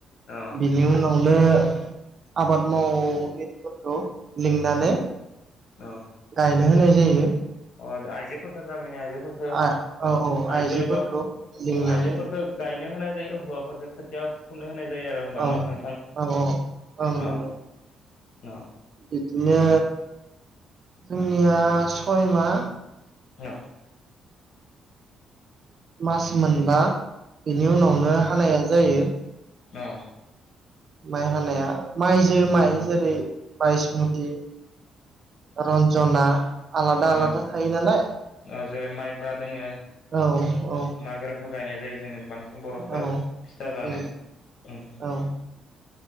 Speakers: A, on the left; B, on the right.
A: अ
B: बेनि उनावनो आबाद मावथिफोरखौ लिंनानै
A: अ अ
B: गायनो होनाय जायो।
A: अ आइजोफोरफोरखौ गामिनि आयजो फोरखो
B: आ औ
A: ओ
B: औ आइजोफोरखौ
A: आइजो एबा
B: लिंनानै
A: आइजोफोरखौ गायनो होनाय जायो हौवाफोरफोरखौ खोथिया फुनो होनाय जायो आरो होनबा
B: औ
A: न'नोंथां
B: औ ओं नंगौ
A: औ न
B: बिदिनो जोंनिया सयमा
A: औ।
B: मास मोनबा बेनि उनावनो हानाया जायो।
A: औ।
B: माइ हानाया माइजो माइ जेरै बायसमुथि रन्जना आलादा आलादा
A: औ
B: थायो नालाय
A: औ जेरै माइब्रा दोङो
B: औ औ
A: माइब्राखौ गायनाय जायो जोंनि बांसिन बर'फ्रा
B: औ
A: फिथा जानो
B: उम
A: उम
B: औ